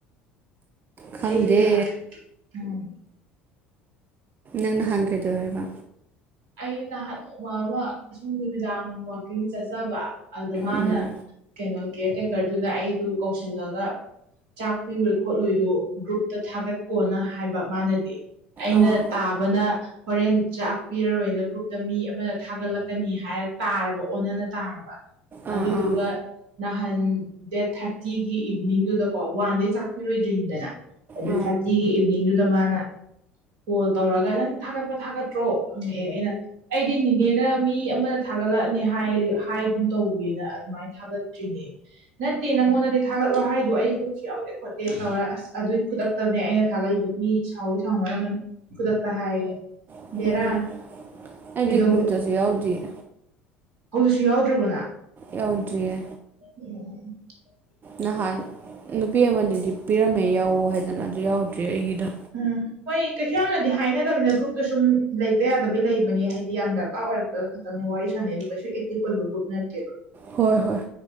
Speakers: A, on the right; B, on the right.
A: ꯈꯪꯗꯦ
B: ꯑꯩꯗꯤ ꯅꯍꯥꯟ ꯎꯝ
A: ꯅꯪ ꯅꯍꯥꯟ ꯀꯩꯗꯧꯏ ꯍꯥꯏꯕ
B: ꯑꯩ ꯅꯍꯥꯟ ꯅꯣꯡꯃ ꯑꯃ ꯁꯨꯝ ꯅꯨꯃꯤꯗꯥꯡ ꯋꯥꯀꯤꯡ ꯆꯠꯆꯕ ꯑꯗꯨꯗ ꯃꯥꯅ
A: ꯎꯝ
B: ꯀꯩꯅꯣ ꯀꯦꯌꯔ ꯇꯦꯀꯔꯗꯨꯅ ꯑꯩꯗꯨ ꯀꯧꯁꯤꯜꯂꯒ ꯆꯥꯛ ꯄꯤꯔꯣꯏ ꯈꯣꯠꯂꯣꯏꯗꯣ ꯒ꯭ꯔꯨꯞꯇ ꯊꯥꯒꯠꯀꯣꯅ ꯍꯥꯏꯕ ꯃꯥꯅꯗꯤ ꯑꯩꯅ
A: ꯑꯥ
B: ꯇꯥꯕꯅ ꯍꯣꯔꯦꯟ ꯆꯥꯛ ꯄꯤꯔꯔꯣꯏꯅ ꯒ꯭ꯔꯨꯞꯇ ꯃꯤ ꯑꯃꯅ ꯊꯥꯒꯠꯂꯛꯀꯅꯤ ꯍꯥꯏꯔ ꯇꯥꯔꯕ ꯑꯣꯟꯅꯅ ꯇꯥꯔꯕ
A: ꯑꯥ
B: ꯑꯗꯨꯗꯨꯒ
A: ꯑꯥ
B: ꯅꯍꯥꯟ ꯗꯦꯠ ꯊꯥꯔꯇꯤꯒꯤ ꯏꯚꯤꯅꯤꯡꯗꯨꯗꯀꯣ ꯋꯥꯟ ꯗꯦ ꯆꯥꯛꯄꯤꯔꯣꯏꯗ꯭ꯔꯤꯉꯗꯅ ꯑꯗꯨ
A: ꯑꯥ
B: ꯊꯥꯔꯇꯤꯒꯤ ꯏꯚꯤꯅꯤꯡꯗꯨꯗ ꯃꯥꯅ ꯀꯣꯜ ꯇꯧꯔꯒ ꯅꯪ ꯊꯥꯒꯠꯄ ꯊꯥꯒꯠꯇ꯭ꯔꯣ ꯅ ꯑꯩꯗꯤ ꯅꯦꯅꯦꯅ ꯃꯤ ꯑꯃꯅ ꯊꯥꯒꯠꯂꯛꯑꯅꯤ ꯍꯥꯏꯒꯨꯝ ꯇꯧꯋꯦꯅ ꯑꯗꯨꯃꯥꯏꯅ ꯊꯥꯒꯠꯇ꯭ꯔꯤꯅꯦ ꯅꯠꯇꯦ ꯅꯪꯉꯣꯟꯗꯗꯤ ꯊꯥꯒꯠꯂꯣ ꯍꯥꯏꯗꯣ ꯑꯩ ꯀꯨꯞꯁꯨ ꯌꯥꯎꯗꯦ ꯈꯣꯠꯇꯦ ꯇꯧꯔ ꯑꯁ ꯑꯗꯨꯏ ꯈꯨꯗꯛꯇꯅꯦ ꯑꯩꯅ ꯊꯥꯒꯠꯂꯤꯗꯨ ꯃꯤ ꯁꯥꯎꯗꯤ ꯁꯥꯎꯅꯔꯝꯒ ꯈꯨꯗꯛꯇ ꯍꯥꯏꯌꯦ
A: ꯎꯝ
B: ꯕꯦꯔꯥ
A: ꯑꯩꯗꯤ
B: ꯀꯩꯗꯧꯕ
A: ꯒ꯭ꯔꯨꯞꯇꯁꯨ ꯌꯥꯎꯗꯦꯌꯦ
B: ꯍꯧꯁꯨ ꯌꯥꯎꯗ꯭ꯔꯕꯅ
A: ꯌꯥꯎꯗ꯭ꯔꯤꯌꯦ
B: ꯎꯝ <inaudible>
A: ꯅꯍꯥꯟ ꯅꯨꯄꯤ ꯑꯃꯗꯤꯗꯤ ꯄꯤꯔꯝꯃꯦ ꯌꯥꯎꯋ ꯍꯥꯏꯗꯅ ꯑꯗꯨ ꯌꯥꯎꯗ꯭ꯔꯤ ꯑꯩꯒꯤꯗ
B: ꯎꯝ ꯍꯣꯏ ꯀꯩꯁꯨ ꯌꯥꯝꯅꯗꯤ ꯍꯥꯏꯅꯗꯕꯅꯤꯅ ꯒ꯭ꯔꯨꯞꯇꯨ ꯁꯨꯝ ꯂꯩꯇ ꯌꯥꯗꯕꯩ ꯂꯩꯕꯅꯦ ꯍꯥꯏꯗꯤ ꯌꯥꯝꯗ ꯑꯥ ꯑꯣꯏꯔꯛꯄ ꯈꯛꯇꯪꯅꯤ ꯋꯥꯔꯤ ꯁꯥꯟꯅꯩꯗꯣ ꯀꯩꯁꯨ ꯑꯦꯛꯇꯤꯚ ꯑꯣꯏꯕ ꯒ꯭ꯔꯨꯞ ꯅꯠꯇꯦꯕ
A: ꯍꯣꯏ ꯍꯣꯏ